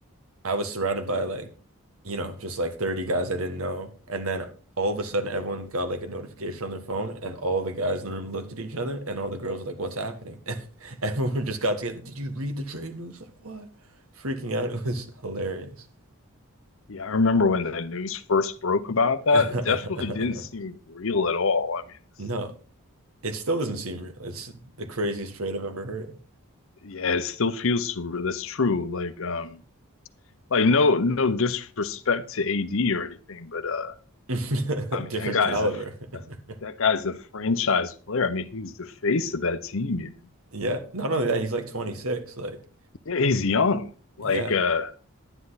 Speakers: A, on the right; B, on the left.
A: I was surrounded by like, you know, just like 30 guys I didn't know. And then all of a sudden everyone got like a notification on their phone and all the guys in the room looked at each other and all the girls were like, what's happening? <laughs> And everyone just got together. Did you read the trade news? Like what? Freaking out. <laughs> It was hilarious.
B: Yeah, I remember when the news first broke about that.
A: <laughs>
B: It definitely didn't seem real at all. I mean, it's-
A: No, it still doesn't seem real. It's the craziest trade I've ever heard
B: yeah, it still feels surreal. That's true. Like um, like no no disrespect to AD or anything, but uh.
A: of.
B: I mean,
A: <laughs> Different
B: that guy's
A: caliber.
B: a
A: <laughs>
B: that guy's a franchise player. I mean, he was the face of that team. Even
A: Yeah. Not only that, he's like 26. Like,
B: yeah, he's young.
A: yeah.
B: Like, uh,